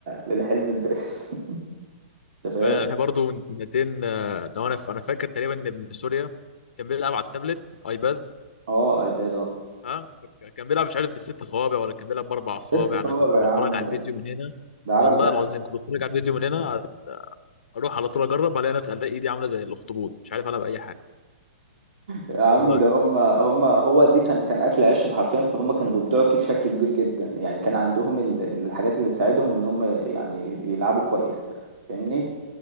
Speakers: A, on the right; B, on the left.
A: للحلم البائس <laughs> انت فاهم
B: احنا برضه من سنتين آه، لو انا ف- انا فاكر تقريبا ان ابن سوريا كان بيلعب على التابلت ايباد
A: اه ايباد اه
B: ها كان بيلعب مش عارف بالست صوابع ولا كان بيلعب باربع
A: ست
B: صوابع انا
A: صوابع
B: كنت بتفرج
A: يا عم
B: على
A: ده
B: الفيديو من هنا
A: ده عالم
B: والله
A: جحد
B: العظيم كنت بتفرج على الفيديو من هنا اروح على طول اجرب الاقي نفسي الاقي ايدي عامله زي الاخطبوط مش عارف العب اي حاجه
A: يا عم
B: والله
A: ده هم هم هو دي كان كان اكل عيشهم حرفيا فهم كانوا بيبدعوا فيه بشكل كبير جدا يعني كان عندهم ال- الحاجات اللي تساعدهم ان هم يعني يلعبوا كويس فاهمني